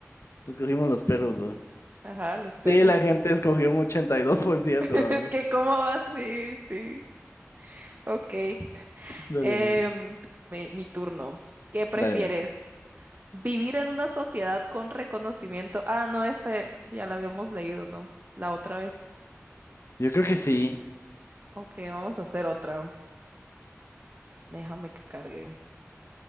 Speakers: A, on the left (about 65°); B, on the right (about 40°).
A: Escogimos los perros, ¿no?
B: Ajá, los perros.
A: Sí, la gente escogió un 82%.
B: <laughs>
A: Vamos.
B: Es que, ¿cómo va? Sí, sí. Ok.
A: Dale,
B: Em,
A: ve.
B: mi, mi turno. ¿Qué prefieres?
A: Dale, ve.
B: ¿Vivir en una sociedad con reconocimiento? Ah, no, este ya la habíamos leído, ¿no? La otra vez.
A: Yo creo que sí.
B: Ok, vamos a hacer otra. Déjame que cargue.